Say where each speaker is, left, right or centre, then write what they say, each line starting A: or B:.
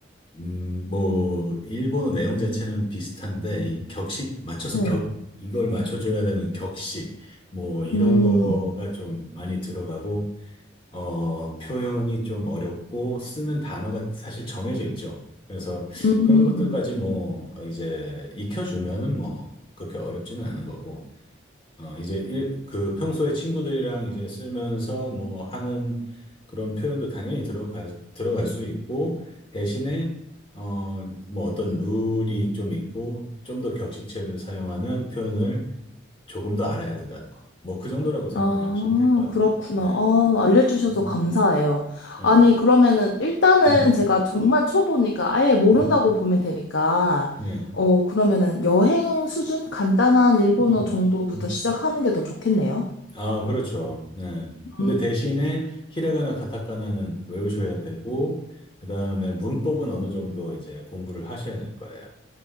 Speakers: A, on the left; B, on the left.
A: 음, 뭐, 일본어 내용 자체는 비슷한데, 이 격식, 맞춰서
B: 네.
A: 격, 이걸 맞춰줘야 되는 격식, 뭐, 이런
B: 음,
A: 거가 좀 많이 들어가고, 어, 표현이 좀 어렵고 쓰는 단어가 사실 정해져 있죠. 그래서
B: 음,
A: 그런 것들까지 뭐 어, 이제 익혀주면은 뭐 그렇게 어렵지는 않은 거고. 어, 이제 일, 그 평소에 친구들이랑 이제 쓰면서 뭐 하는 그런 표현도 당연히 들어가, 들어갈 수 있고 대신에 어, 뭐 어떤 룰이 좀 있고 좀 더 격식체를 사용하는 표현을 조금 더 알아야 된다는 거. 뭐 그 정도라고 생각을
B: 아,
A: 하시면 될 것 같아요.
B: 그렇구나.
A: 네.
B: 아, 알려주셔서
A: 음.
B: 감사해요.
A: 네.
B: 아니, 그러면은 일단은
A: 음,
B: 제가 정말 초보니까 아예 모른다고
A: 음,
B: 보면 되니까,
A: 예.
B: 어, 그러면은 여행 수준? 간단한 일본어
A: 음.
B: 정도부터
A: 음.
B: 시작하는 게 더 좋겠네요.
A: 아, 그렇죠. 네. 근데
B: 음.
A: 대신에 히라가나 가타카나는 외우셔야 되고, 그 다음에 문법은 어느 정도 이제 공부를 하셔야 될 거예요.